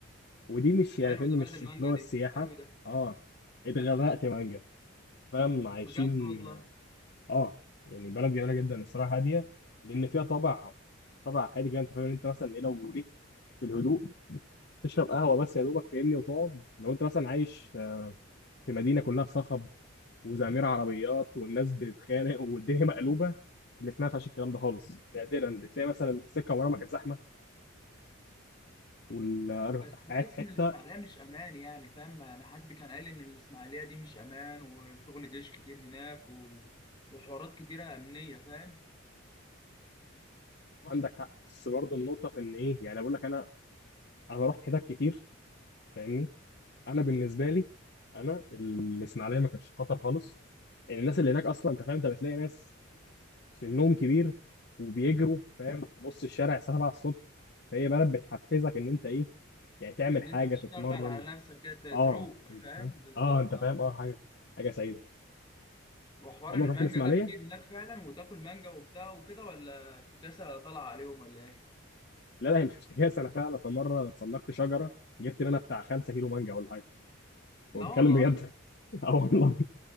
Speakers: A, on the left; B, on the left.
A: ودي مش يعني
B: حلو
A: فاهمني
B: ده بلد
A: مش
B: المانجا
A: مش اللي هو السياحة
B: دي حلو ده
A: اه اتغرقت مانجا فاهم عايشين
B: بجد والله
A: اه يعني بلد جميلة جدا الصراحة هادية لأن فيها طابع طابع هادي كده أنت فاهم أنت مثلا إيه لو ليك في الهدوء تشرب قهوة بس يا دوبك فاهمني وتقعد لو أنت مثلا عايش آه، في مدينة كلها صخب وزمير عربيات والناس بتتخانق والدنيا مقلوبة اللي اسمها فيهاش الكلام ده خالص نادرا بتلاقي مثلا السكة عمرها ما كانت زحمة والقاعد
B: بس بحس
A: في حتة
B: ان الاسماعيليه مش امان يعني فاهم انا حد كان قال لي ان الاسماعيليه دي مش امان وشغل جيش كتير هناك و... وحوارات كتيره امنيه فاهم
A: عندك حق بس برضه النقطة في إن إيه يعني أقول لك أنا أنا رحت حتت كتير فاهمني أنا بالنسبة لي أنا الإسماعيلية ما كانتش خطر خالص يعني الناس اللي هناك أصلا أنت فاهم أنت بتلاقي ناس سنهم كبير وبيجروا فاهم في نص الشارع الساعة 7 الصبح فهي بلد بتحفزك إن أنت إيه يعني تعمل
B: ان
A: حاجة
B: انت تشتغل
A: تتمرن
B: على نفسك كده
A: أه
B: تروق فاهم
A: أنت فاهم
B: بالظبط
A: أه أنت فاهم
B: اه
A: أه حاجة حاجة سعيدة
B: وحوار
A: عمرك
B: المانجا
A: رحت الإسماعيلية؟
B: ده كتير هناك فعلا وتاكل مانجا وبتاع وكده ولا افتكاسه طالعه عليهم ولا ايه
A: لا لا هي مش افتكاس أنا فعلا في مرة اتسلقت شجرة جبت منها بتاع 5 كيلو مانجا ولا حاجة
B: لا
A: وبتكلم
B: والله
A: بجد <laughs> أه والله